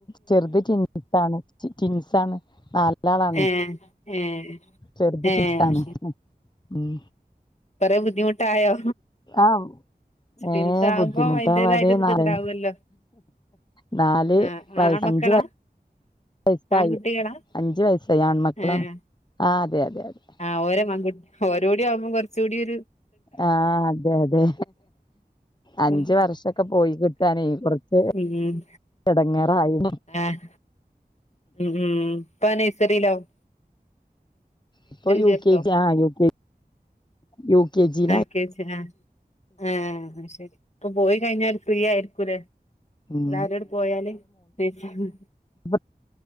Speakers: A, on the left; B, on the left.
A: ചെർത് ട്വിൻസസാണ് ട്വിൻസാണ് ന്നാല്. ലളണെയ്
B: ഏഹ് ഏഹ്
A: ചെർത്
B: ഏഹ്
A: ടിൻസാണ്
B: അത്
A: ഉം.
B: കൊറെ ബുദ്ധിമുട്ടായോ?
A: ആഹ്
B: ട്വിൻസ്
A: ഏഹ്
B: ആകുമ്പോ
A: ബുദ്ധിമുട്ടാവാതെ
B: അതിന്റേതായിട്ട് ഒരു
A: ന്നറിണ്.
B: ഇത്ണ്ടാവുമല്ലോ
A: ന്നാല്
B: ആഹ്
A: വയസ്
B: ആൺമക്കളാ
A: അഞ്ച് വയ വെയ്സായി
B: ആൺകുട്ടികളാ
A: അഞ്ച് വയസായി ആൺമക്കളാണ്
B: ഏഹ്
A: ആഹ് അതെ അതെ അതെ.
B: ആഹ് ഓരോ മഗുട്ട് ഓരൂടി ആവ്മ്പോ കൊർചൂടി ഒര്.
A: ആഹ് അതെ അതെ. അഞ്ച്
B: ഉം
A: വർഷൊക്കെ പോയി കിട്ടാനെയ് കൊർച്ച്
B: ഉം
A: എടങ്ങേറായി.
B: ആഹ് ഉം. ഉം. ഇപ്പൊ നെയ്സഴ്റിലാവും.
A: ഇപ്പൊ യു
B: ചേർത്തോ
A: ക്കെ ജി, ആ U K, U K G ലായ്.
B: യു കെ ജി ലാണ്.. ഹെ അയ്ശെരി ഇപ്പൊ പോയി കഴിഞ്ഞാല് ഫ്രീ ആയിരിക്കുംലെ.
A: ഉം
B: എല്ലാരട് പോയാല് സെഫാണ്.
A: ഇപ്പോ